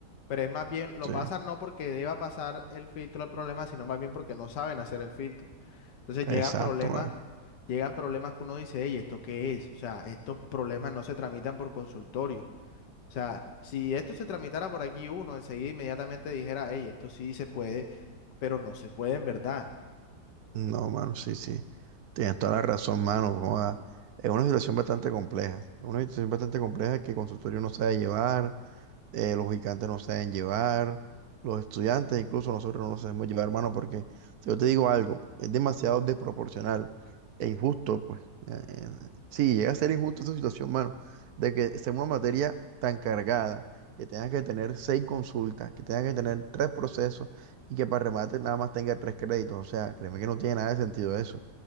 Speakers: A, on the left; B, on the right.
A: Pero es más bien, lo
B: Sí,
A: pasan no porque deba pasar el filtro el problema, sino más bien porque no saben hacer el filtro. Entonces llegan
B: exacto,
A: problemas,
B: mano.
A: llegan problemas que uno dice, hey, ¿esto qué es? O sea, estos problemas no se tramitan por consultorio. O sea, si esto se tramitara por aquí uno, enseguida inmediatamente dijera, hey, esto sí se puede, pero no se puede en verdad.
B: No, mano, sí, sí. Tienes toda la razón, mano. joda. Es una situación bastante compleja. Una situación bastante compleja que el consultorio no sabe llevar. eh, los gigantes no se deben llevar, los estudiantes, incluso nosotros no nos debemos llevar, hermano, porque si yo te digo algo, es demasiado desproporcional e injusto, pues eh, eh, sí, llega a ser injusto esa situación, mano, de que sea una materia tan cargada, que tengas que tener seis consultas, que tengas que tener tres procesos y que para remate nada más tenga tres créditos, o sea, créeme que no tiene nada de sentido eso.